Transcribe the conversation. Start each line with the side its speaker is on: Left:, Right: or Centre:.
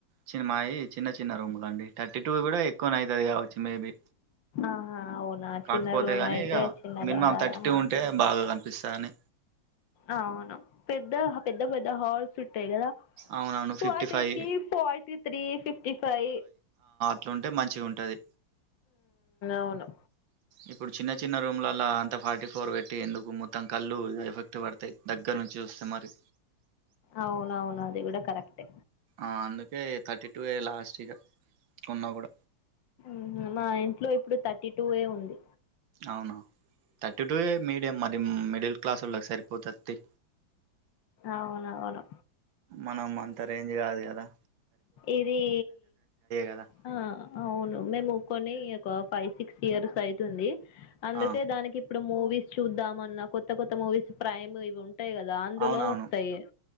Right: చి మాయీ చిన్న చిన్న రూములండి థర్టీ టూ గుడా ఎక్కువనె అయితది గావచ్చు మేబీ
Left: ఆహా అవునా
Right: కాక్పోతే
Left: చిన్న రూమ్
Right: గానీ
Left: అయితే
Right: ఇగా
Left: చిన్నది
Right: మినిమం
Left: ఉండాలా
Right: థర్టీ టూ ఉంటే బాగగనిపిస్తదని
Left: ఔను పెద్దా హ పెద్ద పెద్ద హాల్సు టయ్ గదా
Right: అవునవును ఫిఫ్టీ
Left: వాటికీ
Right: ఫైవ్
Left: ఫార్టీ త్రీ ఫిఫ్టీ ఫై
Right: ట్లున్టే మంచిగుంటది
Left: అవును
Right: ఇప్పుడు చిన్న చిన్న రూమ్లల్లా ఫార్టీ ఫోర్ వెట్టీ ఎందుకు మొత్తం కళ్ళూ ఎఫెక్ట్ వడుతయ్ దగ్గర్నుంచి చూస్తె మరి
Left: అవునవును అది గూడ కరెక్టే
Right: ఆ అందుకే థర్టీ టూ ఏ లాస్ట్ ఇగ ఉన్నా గూడ
Left: ఉ మా ఇంట్లో ఇప్పుడు థర్టీ టూ ఏ ఉంది
Right: అవునా థర్టీ టూ ఏ మీడియం మరి మిడిల్ క్లాసొళ్ళకు సరిపోతద్ తీ
Left: అవునవును
Right: మనం అంత రేంజ్ గాదు గదా
Left: ఇదీ
Right: కదా
Left: ఆ అవును మేము కొన్నీ ఒక ఫైవ్ సిక్స్ ఇయర్స్ అయితుంది అందుకే
Right: ఆ
Left: దానికిప్పుడు కొ మూవీస్ చూద్దామన్న కొత్త కొత్త మూవీస్ ప్రైమ్ ఇవి ఉం టయి గదా అందులో
Right: అవునవును
Left: ఒస్తయ్